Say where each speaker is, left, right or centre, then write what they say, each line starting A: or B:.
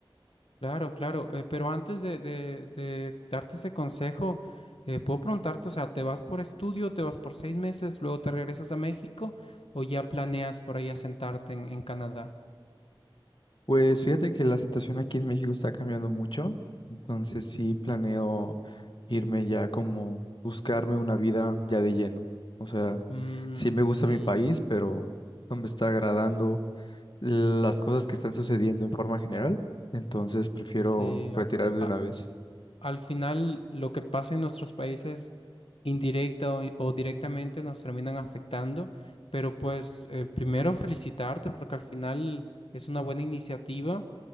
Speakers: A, on the left; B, on the left.
A: Claro, claro, eh, pero antes de, de- de darte ese consejo, eh, puedo preguntarte, o sea, ¿te vas por estudio, te vas por seis meses, luego te regresas a México o ya planeas por ahí asentarte en, en Canadá?
B: Pues fíjate que la situación aquí en México está cambiando mucho, entonces sí planeo irme ya como buscarme una vida ya de lleno. O sea,
A: Mm,
B: sí me gusta
A: sí,
B: mi país, pero no me está agradando las cosas que están sucediendo en forma general, entonces prefiero
A: sí,
B: retirarme
A: a- a-
B: de una vez.
A: al final lo que pasa en nuestros países indirecta o, o directamente nos terminan afectando, pero pues eh, primero felicitarte porque al final es una buena iniciativa.